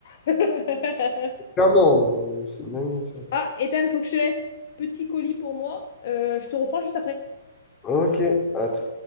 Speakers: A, on the left; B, on the left.
A: <laughs>
B: clairement, euh, c'est une dinguerie, ça.
A: Ah, Ethan, faut que je te laisse. Petit colis pour moi. Euh, je te reprends juste après.
B: Ok, à tout.